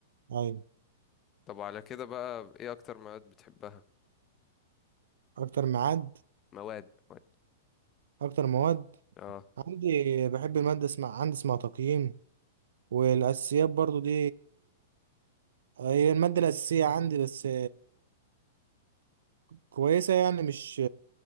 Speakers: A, on the right; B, on the left.
A: أيوة
B: طب وعلى كده بقى ايه أكتر مواد بتحبها
A: أكتر ميعاد
B: مواد مواد
A: أكتر مواد
B: اه
A: عندي بحب المادة اسمها عندي اسمها تقييم والأساسيات برضو دي هي المادة الأساسية عندي بس كويسة يعني مش